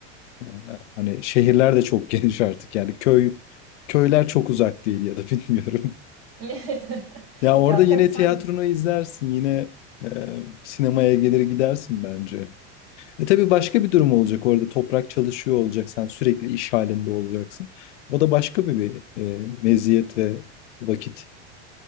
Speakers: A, on the left (about 80°); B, on the right (about 40°).
A: Ee, Hani şehirler de çok <laughs> geniş artık yani köy köyler çok uzak değil ya da <laughs> bilmiyorum.
B: <laughs>
A: Ya orada
B: Ya
A: yine
B: tabii sen
A: tiyatronu izlersin, yine e, sinemaya gelir gidersin bence. E tabii başka bir durum olacak orada. Toprak çalışıyor olacak, sen sürekli iş halinde olacaksın. O da başka bir, bir e, meziyet ve vakit.